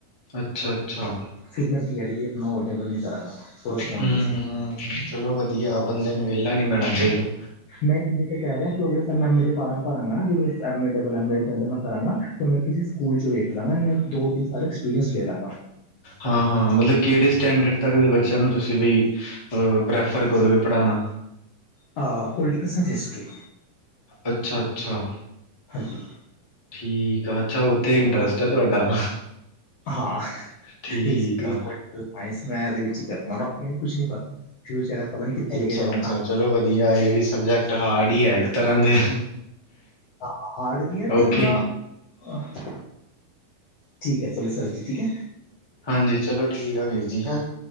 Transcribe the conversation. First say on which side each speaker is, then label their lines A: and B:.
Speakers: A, on the left; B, on the left.
A: ਅੱਛਾ, ਅੱਛਾ।
B: ਫੇਰ ਮੈਂ ਬੀ ਐਡ ਵੀ ਅਪਣਾ ਉਹਦੇ ਵੱਲ ਹੀ ਕਰਾਂਗਾ। ਕੋਰਸਪੋਂਡੈਂਸ
A: ਹੂੰ,
B: ਹੀ
A: ਹੂੰ ਚਲੋ ਵਧੀਆ ਬੰਦੇ ਨੂੰ ਵਿਹਲਾ ਨੀ ਬੈਣਾ ਚਾਹੀਦਾ।
B: ਮੈਂ ਇਸ ਲਈ ਤੇ ਕਹਿ ਰਿਹਾ ਕਿ ਅਗਲੇ ਸਾਲ ਮੈਂ ਐਮ ਏ ਦੇ ਫਾਰਮ ਭਰਾਂਗਾ ਨਾ ਜਿਦੇ ਚ M A double M A ਕਰਾਂਗਾ। ਤੇ ਮੈਂ ਕਿਸੇ ਸਕੂਲ ਚ ਵੇਖ ਲਾਂਗਾ ਦੋ ਤਿੰਨ ਸਾਲ ਐਕਸਪੀਰੀਅੰਸ ਲੇ ਲਾਂਗਾ।
A: ਹਾਂ, ਹਾਂ ਮਤਲਬ ਕਿਹੜੇ ਸਟੈਂਡਰਡ ਤੱਕ ਦੇ ਬੱਚਿਆਂ ਨੂੰ ਤੁਸੀ ਵੀ ਅ ਪ੍ਰੈਫਰ ਕਰੋਗੇ ਪੜਾਉਣਾ।
B: ਆ ਪੋਲਟੀਕਲ ਸਾਇੰਸ, ਹਿਸਟਰੀ।
A: ਅੱਛਾ, ਅੱਛਾ।
B: ਹਾਂਜੀ।
A: ਠੀਕ ਆ, ਅੱਛਾ ਓਥੇ ਇੰਟਰਸਟ ਐ ਤੁਹਾਡਾ।
B: ਹਾਂ,
A: ਠੀਕ
B: ਹਿਸਟਰੀ,
A: ਆ
B: ਪੋਲਟ ਸਾਇੰਸ ਮੈਂਥ ਏਹਦੇ ਵਿੱਚ ਈ ਕਰਨਾ। ਬਾਕੀਆਂ ਨੇ ਕੁਛ ਨੀ ਪਤਾ ਫਿਊਚਰ ਐ ਪਤਾ ਨੀ ਕਿੱਥੇ
A: ਅੱਛਾ
B: ਲੈ ਕੇ ਜਾਊਂਗਾ।
A: ਅੱਛਾ ਚਲੋ ਵਧੀਆ ਏ ਇਹ ਵੀ ਸਬਜੈਕਟ ਹਾਰਡ ਈ ਐ ਇੱਕ ਤਰ੍ਹਾਂ ਦੇ।
B: ਹਾਂ ਹਾਰਡ ਵੀ ਐ
A: ਓਕੇ
B: ਤੇ ਅਪਣਾ ਅਹ ਠੀਕ ਐ ਚਲੋ ਸਰ ਜੀ ਠੀਕ ਐ।
A: ਹਾਂਜੀ ਚਲੋ ਠੀਕ ਆ ਵੀਰ ਜੀ ਹੈਂ,